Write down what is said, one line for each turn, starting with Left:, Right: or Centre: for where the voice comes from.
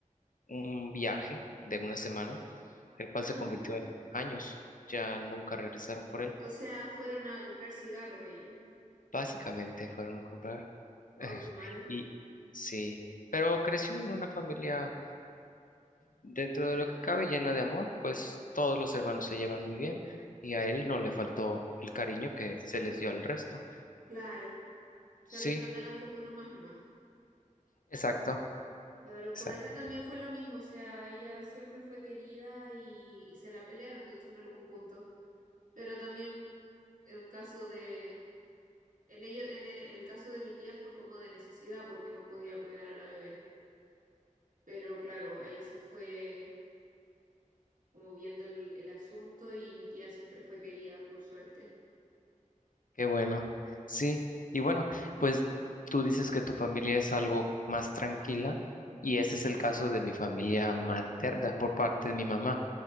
Left: un viaje de una semana, el cual
Right: Ah,
Left: se convirtió en años. Ya nunca regresaron por él.
Right: O sea, fueron a comprar cigarros ellos.
Left: Básicamente fueron a comprar. <laughs>
Right: Oh, qué mal.
Left: Y sí, pero creció en una familia dentro de lo que cabe llena de amor, pues todos los hermanos se llevan muy bien y a él no le faltó el cariño que se les dio al resto.
Right: Claro. O
Left: Sí,
Right: sea, lo trataron como uno más nomás.
Left: exacto,
Right: Claro,
Left: exacto.
Right: por acá también fue lo mismo, o sea, ella siempre fue querida y, y se la pelearon, de hecho, en algún punto. Pero también en un caso de, en ello, en e- el caso de mi tía fue como de necesidad porque no podía cuidar a la bebé. Pero claro, ahí se fue como viendo el, el asunto y mi tía siempre fue querida, por suerte.
Left: Qué bueno, sí. Y bueno, pues tú dices que tu familia es algo más tranquila y ese es el caso de mi familia materna por parte de mi mamá,